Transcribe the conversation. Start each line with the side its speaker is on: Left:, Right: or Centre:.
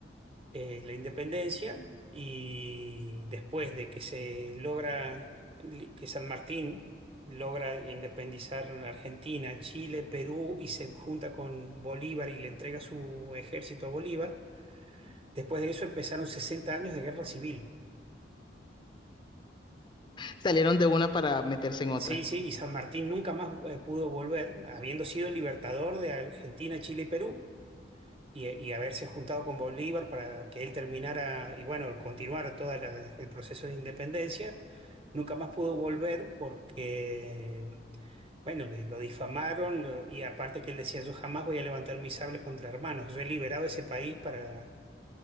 Right: eh, la independencia y después de que se logra, li- que San Martín logra independizar Argentina, Chile, Perú y se junta con Bolívar y le entrega su ejército a Bolívar Después de eso empezaron 60 años de guerra civil.
Left: Salieron de una para meterse en otra.
Right: Sí, sí, y San Martín nunca más eh, pudo volver, habiendo sido el libertador de Argentina, Chile y Perú, y, y haberse juntado con Bolívar para que él terminara y bueno, continuara todo el proceso de independencia. Nunca más pudo volver porque, bueno, le- lo difamaron lo- y aparte que él decía, yo jamás voy a levantar mi sable contra hermanos, yo he liberado ese país para